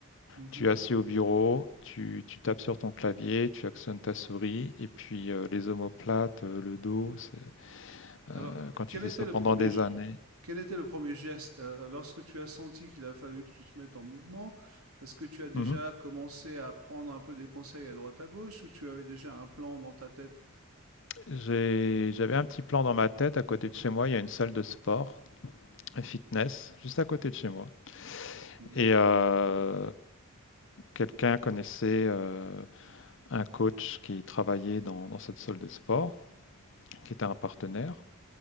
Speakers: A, on the right; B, on the left.
A: Mhm.
B: Tu es assis au bureau, tu, tu tapes sur ton clavier, tu actionnes ta souris, et puis euh, les omoplates, euh, le dos, c'est- euh,
A: Alors,
B: quand tu
A: quel
B: fais
A: était
B: ça
A: le
B: pendant
A: premier
B: des années.
A: Quel était le premier geste euh, lorsque tu as senti qu'il a fallu que tu te mettes en mouvement? Est-ce que tu as déjà
B: Mhm.
A: commencé à prendre un peu des conseils à droite à gauche ou tu avais déjà un plan dans ta tête?
B: J'ai, j'avais un petit plan dans ma tête, à côté de chez moi, il y a une salle de sport, un fitness, juste à côté de chez moi.
A: Mmh mh.
B: Et euh, quelqu'un connaissait euh, un coach qui travaillait dans, dans cette salle de sport, qui était un partenaire,